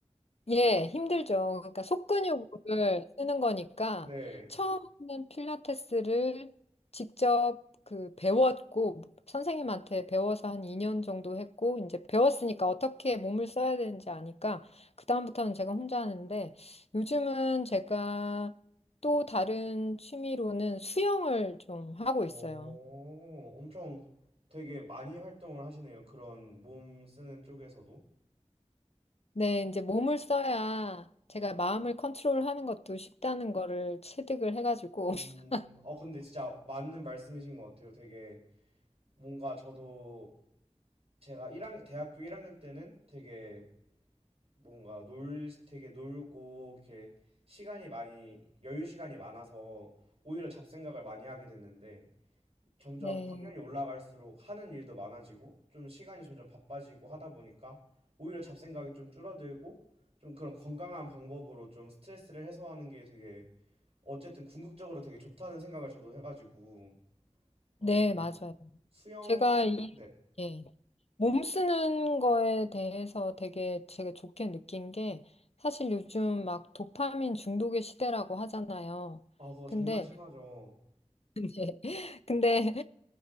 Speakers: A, on the left; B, on the right.
A: 예, 힘들죠. 그러니까 속근육을 쓰는 거니까
B: 네.
A: 처음에는 필라테스를 직접 그 배웠고 선생님한테 배워서 한 2년 정도 했고 이제 배웠으니까 어떻게 몸을 써야 되는지 아니까 그다음부터는 제가 혼자 하는데 요즘은 제가 또 다른 취미로는 수영을 좀 하고
B: 오,
A: 있어요.
B: 엄청 되게 많이 활동을 하시네요. 그런 몸 쓰는 쪽에서도.
A: 네, 이제 몸을 써야 제가 마음을 컨트롤하는 것도 쉽다는 거를 체득을 해가지고
B: 음,
A: <laughs>
B: 어, 근데 진짜 맞는 말씀이신 것 같아요. 되게 뭔가 저도 제가 일 학년 대학교 1학년 때는 되게 뭔가 놀, 되게 놀고 이렇게 시간이 많이, 여유 시간이 많아서 오히려 잡생각을 많이 하게 됐는데 점점
A: 네.
B: 학년이 올라갈수록 하는 일도 많아지고 좀 시간이 점점 바빠지고 하다 보니까 오히려 잡생각이 좀 줄어들고 좀 그런 건강한 방법으로 좀 스트레스를 해소하는 게 되게 어쨌든 궁극적으로 되게 좋다는 생각을 저도 해가지고 맞아요.
A: 네,
B: 그래서
A: 맞아요.
B: 음, 수영,
A: 제가 이,
B: 네.
A: 예, 몸 쓰는 거에 대해서 되게 제가 좋게 느낀 게 사실 요즘 막 도파민 중독의 시대라고 하잖아요.
B: 아, 그거
A: 근데,
B: 정말 음, 심하죠.
A: <laughs> 예, 근데